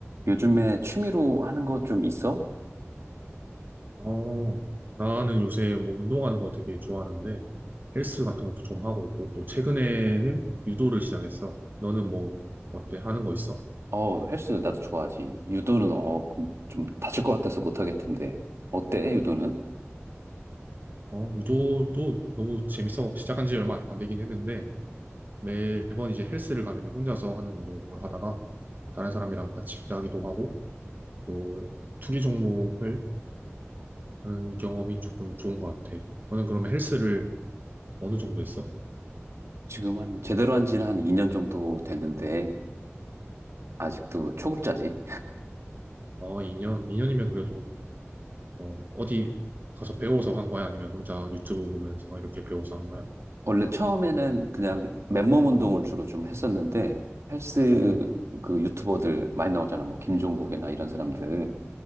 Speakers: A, on the right; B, on the right.
A: 요즘에 취미로 하는 거 좀 있어?
B: 어, 나는 요새 뭐 운동하는 거 되게 좋아하는데 헬스 같은 것도 좀 하고 있고 또 최근에는 유도를 시작했어. 너는 뭐 어때? 하는 거 있어?
A: 어, 헬스 나도 좋아하지. 유도는 어, 좀 다칠 것 같아서 못 하겠던데. 어때, 유도는?
B: 어, 유도도 너무 재밌어. 시작한 지 얼마 안 되긴 했는데 매번 이제 헬스를 가면 혼자서 하는 운동을 하다가 다른 사람이랑 같이 하기도 하고 또 투기 종목을 하는 경험이 조금 좋은 것 같아. 너는 그러면 헬스를 어느 정도 했어?
A: 지금 한 제대로 한 지는 한 2년 정도 됐는데 아직도 초급자지.
B: 어, 2년? 2년이면 그래도 어, 어디 가서 배워서 한 거야? 아니면 혼자 유튜브 보면서 이렇게 배워서 한 거야?
A: 원래 처음에는 그냥 맨몸 운동을 주로 좀 했었는데 헬스
B: 아,
A: 그 유튜버들 많이 나오잖아. 뭐 김종국이나 이런 사람들.